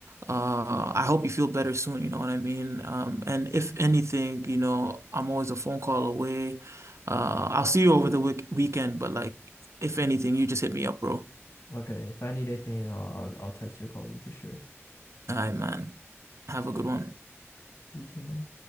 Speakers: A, on the right; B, on the left.
A: Uh, I hope you feel better soon, you know what I mean? Um, and if anything, you know, I'm always a phone call away. Uh, I'll see you over the week weekend, but like, if anything, you just hit me up, bro.
B: Okay, if I need anything, I'll I'll, I'll text or call you for sure.
A: All right, man. Have a good one.
B: You too, man.